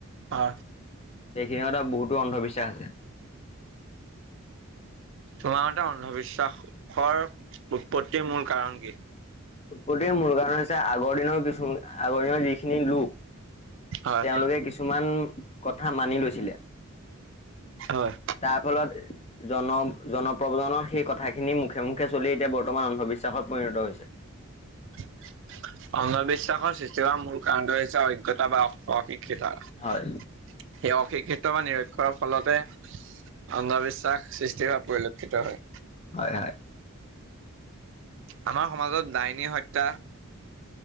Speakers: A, on the right; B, on the left.
A: অ
B: সেইখিনি এটা বহুতো অন্ধবিশ্বাস আছে।
A: তোমাৰমতে অন্ধবিশ্বাসৰ উৎপত্তিৰ মূল কাৰণ কি?
B: উৎপত্তিৰ মূল কাৰণ হৈছে আগৰ দিনৰ কিছুমান আগৰ দিনৰ যিখিনি লোক।
A: হয়
B: তেওঁলোকে কিছুমান কথা মানি লৈছিলে,
A: হয়
B: তাৰ ফলত জন জনপ্ৰজনৰ সেই কথাখিনি মুখে মুখে চলি এতিয়া বৰ্তমান অন্ধবিশ্বাসত পৰিণত হৈছে।
A: ঠিক কথা। অন্ধবিশ্বাসৰ সৃষ্টি হোৱা মূল কাৰণটো হৈছে অজ্ঞতা বা অশিক্ষিত।
B: হয়
A: সেই অশিক্ষিত বা নিৰক্ষৰ ফলতে অন্ধবিশ্বাস সৃষ্টি হোৱা পৰিলক্ষিত হয়।
B: হয়
A: আমাৰ সমাজত দাইনী হত্যা